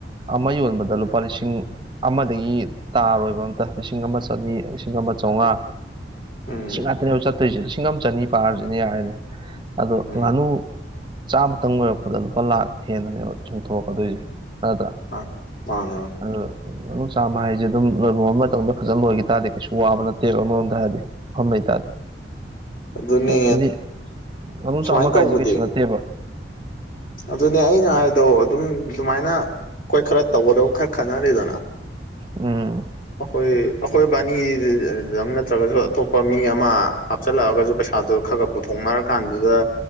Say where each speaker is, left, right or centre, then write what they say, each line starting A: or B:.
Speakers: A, on the right; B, on the left.
A: ꯑꯃ ꯌꯣꯟꯕꯗ ꯂꯨꯄꯥ ꯂꯤꯁꯤꯡ ꯑꯃꯗꯒꯤ ꯇꯥꯔꯣꯏꯕ ꯑꯝꯇ ꯂꯤꯁꯤꯡ ꯑꯃ ꯆꯅꯤ ꯂꯤꯁꯤꯡ ꯑꯃ ꯆꯥꯝꯃꯉꯥ
B: ꯎꯝ
A: ꯂꯤꯁꯤꯡ ꯉꯥꯛꯇꯅꯦꯕ ꯆꯠꯇꯣꯏꯁꯦ ꯂꯤꯁꯤꯡ ꯑꯃ ꯆꯅꯤ ꯄꯥꯔꯁꯤꯅꯦ ꯌꯥꯔꯦꯅꯦ ꯑꯗꯣ
B: ꯎꯝ
A: ꯉꯥꯅꯨ ꯆꯥꯃꯇꯪ ꯂ ꯑꯣꯏꯔꯛꯄꯗ ꯂꯨꯄꯥ ꯂꯥꯛ ꯍꯦꯟꯅꯅꯦꯕ ꯆꯣꯡꯊꯣꯔꯛꯀꯗꯣꯏꯁꯦ ꯅꯠꯇ꯭ꯔꯥ
B: ꯍ ꯃꯥꯅꯦ
A: ꯑꯗꯨ ꯑꯗꯨꯝ ꯆꯥꯃ ꯍꯥꯏꯁꯦ ꯑꯗꯨꯝ ꯂꯣꯏꯐꯝ ꯃꯇꯝꯗ ꯐꯖꯅ ꯂꯣꯏꯈꯤ ꯇꯥꯔꯗꯤ ꯀꯩꯁꯨ ꯋꯥꯕ ꯅꯠꯇꯦꯕ ꯑꯃꯔꯣꯝꯗ ꯍꯥꯏꯗꯤ ꯐꯝꯃꯩꯇꯥꯥꯗ
B: ꯑꯗꯨꯅꯦ
A: ꯍꯥꯏꯗꯤ ꯑꯨ
B: ꯁꯨꯃꯥꯏꯅ
A: ꯆꯥꯃ
B: ꯇꯧꯕꯗꯤ
A: ꯀꯥꯏꯁꯦ ꯀꯩꯁꯨ ꯅꯠꯇꯦꯕ
B: ꯑꯗꯨꯅꯦ ꯑꯩꯅ ꯍꯥꯏꯗꯣ ꯑꯣ ꯑꯗꯨꯝ ꯑꯗꯨꯃꯥꯏꯅ ꯑꯩꯈꯣꯏ ꯈꯔ ꯇꯧꯒꯗꯕ ꯈꯔ ꯈꯟꯅꯔꯤꯗꯅ
A: ꯎꯝ
B: ꯑꯩꯈꯣꯏ ꯑꯩꯈꯣꯏ ꯕꯥꯅꯤꯗꯪ ꯅꯠꯇ꯭ꯔꯒꯁꯨ ꯑꯇꯣꯞꯄ ꯃꯤ ꯑꯃ ꯀꯞꯆꯜꯂꯛꯑꯒꯁꯨ ꯄꯩꯁꯥꯗꯣ ꯈꯔ ꯈ ꯄꯨꯊꯣꯛꯅꯔ ꯀꯥꯟꯗꯨꯗ